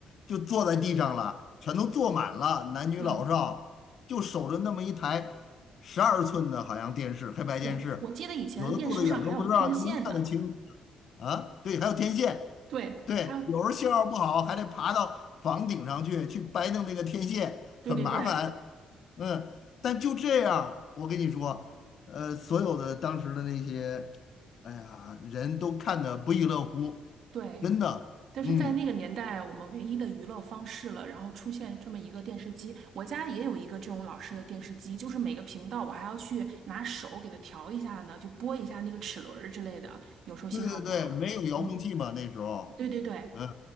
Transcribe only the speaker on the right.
嗯，
对，我记得以前的电视上还有天线呢。
对，
还有，
对对对
对，
但是在那个年代，
我们唯一的娱乐方式了，然后出现这么一个电视机，我家也有一个这种老式的电视机，就是每个频道我还要去拿手给它调一下呢，就拨一下那个齿轮儿之类的，有时候信号不好。
嗯，对对对，